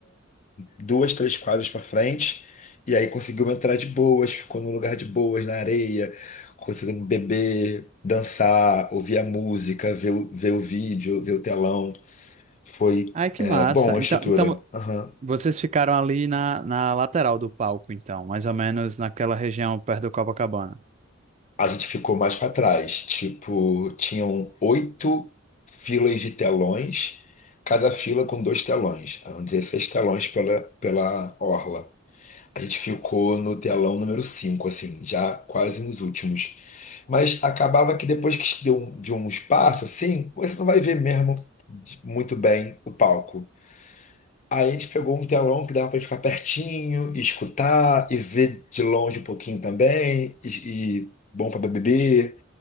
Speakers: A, on the left; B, on the right.
A: duas, três quadras para frente. E aí conseguiu entrar de boas, ficou num lugar de boas, na areia, conseguindo beber, dançar, ouvir a música, ver, o- ver o vídeo, ver o telão. Foi,
B: Ai, que
A: é,
B: massa.
A: bom a
B: Então,
A: estrutura.
B: então
A: Aham.
B: vocês ficaram ali na, na lateral do palco, então, mais ou menos naquela região perto do Copacabana.
A: A gente ficou mais para trás. Tipo, tinham oito filas de telões, cada fila com dois telões. Eram 16 telões pela, pela orla. A gente ficou no telão número 5, assim, já quase nos últimos. Mas acabava que depois que se deu um- de um espaço, assim, você não vai ver mesmo de- muito bem o palco. Aí a gente pegou um telão que dava pra gente ficar pertinho, e escutar e ver de longe um pouquinho também, e, e bom pra beber.